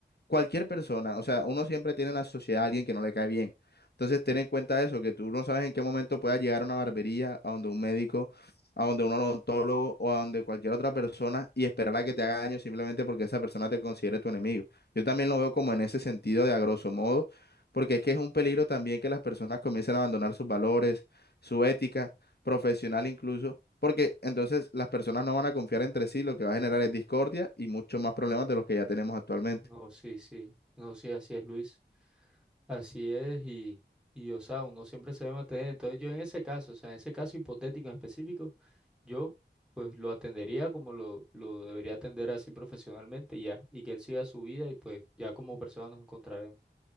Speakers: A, on the left (about 60°); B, in the centre.
A: cualquier persona, o sea, uno siempre tiene en la sociedad a alguien que no le cae bien. Entonces, ten en cuenta eso, que tú no sabes en qué momento puedas llegar a una barbería, a donde un médico, a donde un odontólogo o a donde cualquier otra persona y esperar a que te haga daño simplemente porque esa persona te considere tu enemigo. Yo también lo veo como en ese sentido de a grosso modo, porque es que es un peligro también que las personas comiencen a abandonar sus valores, su ética profesional incluso. Porque entonces las personas no van a confiar entre sí, lo que va a generar es discordia y muchos más problemas de los que ya tenemos actualmente.
B: No, sí, sí, no, sí, así es Luis, así es y, y o sea, uno siempre se debe mantener. Entonces yo en ese caso, o sea, en ese caso hipotético en específico, yo pues lo atendería como lo, lo debería atender así profesionalmente y ya, y que él siga su vida y pues ya como persona nos encontraremos.